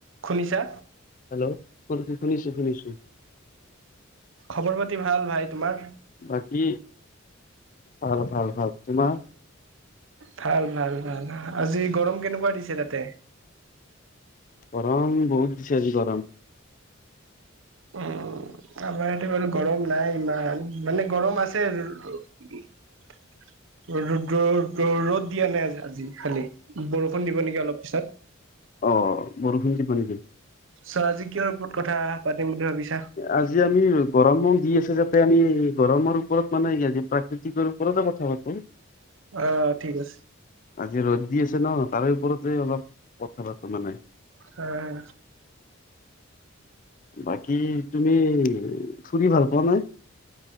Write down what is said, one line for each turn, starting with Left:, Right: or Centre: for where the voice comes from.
Right: শুনিছা?
Left: হেল্লৌ' শুনিছো শুনিছো।
Right: খবৰ পাতি ভাল ভাই তোমাৰ?
Left: বাকী ভাল ভাল ভাল, তোমাৰ?
Right: ভাল ভাল ভাল, আজি গৰম কেনেকুৱা দিছে তাতে?
Left: গৰম বহুত দিছে আজি গৰম।
Right: উম' আমাৰ- বাৰু গৰম নাই ইমান, মানে গৰম আছে- ৰ ৰ ৰ'দ দিয়া নাই আজি খালি, বৰষুণ দিব নেকি অলপ পিছত।
Left: অঁ বৰষুণ দিব নেকি?
Right: আৎচ্ছা আজি কিহৰ ওপৰত কথা পাতিম বুলি ভাবিছা?
Left: আজি আমি গৰম দি আছে যাতে আমি গৰমৰ ওপৰত মানে আজি প্ৰাক- কৃতিকৰ ওপৰতে কথা পাতিম।
Right: অ' ঠিক আছে।
Left: আজি ৰ'দ দি আছে ন, তাৰে ওপৰতে অলপ কথা পাতো মানে।
Right: হয়।
Left: বাকী তুমি ফুৰি ভাল পোৱা নে?